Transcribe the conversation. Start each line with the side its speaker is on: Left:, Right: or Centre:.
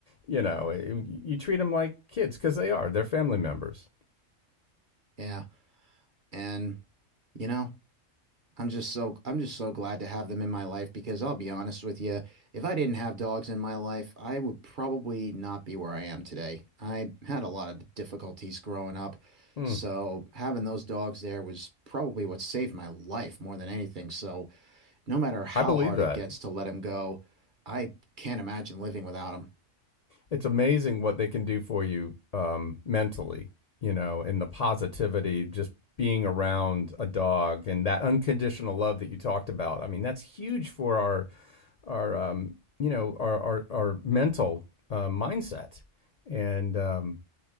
Left: you know, eh, you treat them like kids because they are. They're family members.
Right: yeah and you know I'm just so I'm just so glad to have them in my life because I'll be honest with you, if I didn't have dogs in my life, I would probably not be where I am today. I had a lot of difficulties growing up,
Left: Hmm.
Right: so having those dogs there was probably what saved my life more than anything. So no matter how
Left: I believe
Right: hard
Left: that.
Right: it gets to let them go, I can't imagine living without them.
Left: It's amazing what they can do for you um, mentally, you know, and the positivity, just being around a dog and that unconditional love that you talked about. I mean, that's huge for our, our, um, you know, our, our, our mental uh, mindset. And um,